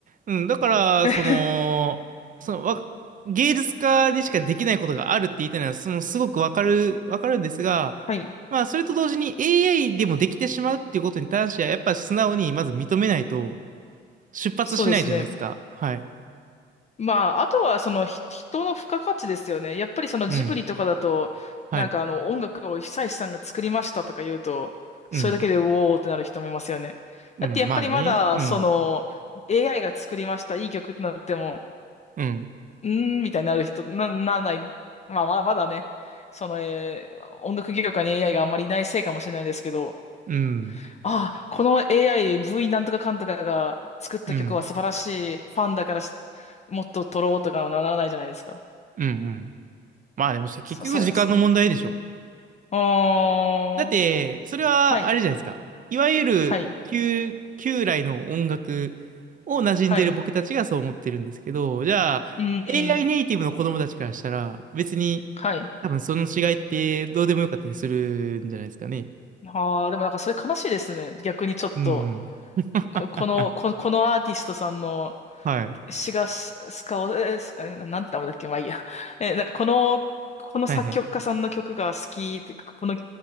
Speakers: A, on the right (about 40°); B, on the left (about 35°).
A: うん、だから、
B: <laughs>
A: その、その、わ、芸術家にしかできないことがあるって言いたいのは、その、すごくわかる、わかるんですが、
B: はい。
A: まあ、それと同時に AI でもできてしまうっていうことに関しては、やっぱ素直にまず認めないと出発しないじゃないですか。
B: そうですね。
A: はい。
B: まあ、あとはそのひ人の付加価値ですよね。やっぱりそのジブリとかだと、
A: うん。はい。
B: なんかあの音楽を久石さんが作りましたとか言うと、それだけでうおーってなる人もいますよね。
A: うん。うん。
B: だってやっぱりまだその
A: まあね。うん。
B: AI が作りました、いい曲ってなっても、
A: うん。
B: うーん、みたいになる人、な、ならない。まあ、まだまだね、その、えー音楽業界に AI があんまりいないせいかもしれないですけど、
A: うん。
B: ああ、この AI、V なんとかかんとかが作った曲は素晴らしい、
A: うん。
B: ファンだからしもっと撮ろうとかはならないじゃないですか。
A: うん。うん。まあでも、結局時間の問題でしょ。
B: そ、そ、そ、あー、
A: だって、それはあれじゃないですか。
B: はい、
A: いわゆる旧、
B: はい、
A: 旧来の音楽を馴染んでる僕たちがそう思ってるんですけど、
B: はい、
A: じゃあ、
B: うん、
A: AI
B: うん
A: ネイティブの子供たちからしたら、別に
B: はい。
A: 多分その違いってどうでもよかったりするんじゃないですかね。
B: ああ、でもなんかそれ悲しいですね。逆にちょっと、
A: うん。<laughs>
B: こ、この、こ、このアーティストさんの
A: はい。
B: シガス、カオ、えースえーなんて名前だっけまあいいや。<laughs> えーなんかこの、この作曲家さんの曲が好きって、
A: はいはい。
B: この、